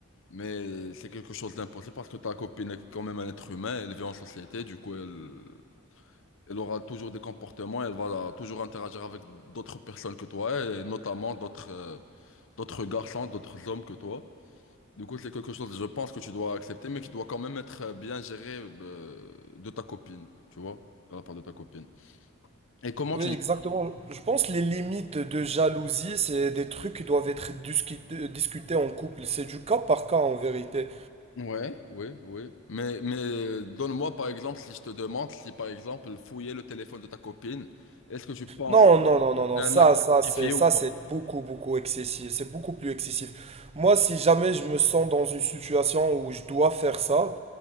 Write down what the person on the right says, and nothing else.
oui,
exactement.
Je pense que les limites de jalousie, c'est des trucs qui doivent être discu- euh, discutés en couple. C'est du cas par cas en vérité.
Non,
non, non, non, non,
ça,
ça,
c'est, ça,
c'est beaucoup, beaucoup excessif, c'est beaucoup plus excessif. Moi, si jamais je me sens dans une situation où je dois faire ça,